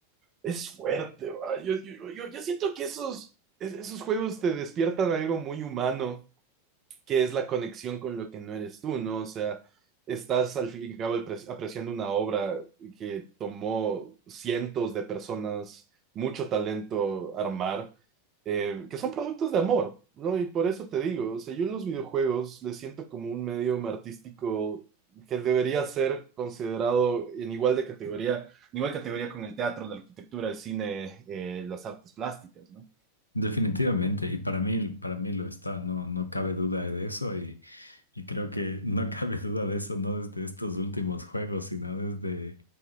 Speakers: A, on the right; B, on the left.
A: es fuerte, ¿va? Yo, yo, yo, yo siento que esos, esos juegos te despiertan algo muy humano que es la conexión con lo que no eres tú, ¿no? O sea, estás al fin y al cabo apre- apreciando una obra que tomó cientos de personas, mucho talento armar, eh, que son productos de amor, ¿no? Y por eso te digo, o sea, yo en los videojuegos les siento como un medio artístico que debería ser considerado en igual de categoría, en igual categoría con el teatro, la arquitectura, el cine, eh, las artes plásticas, ¿no?
B: Definitivamente, y para mí, para mí lo está, no, no cabe duda de eso, y, y creo que no <laughs> cabe duda de eso, no desde estos últimos juegos, sino desde,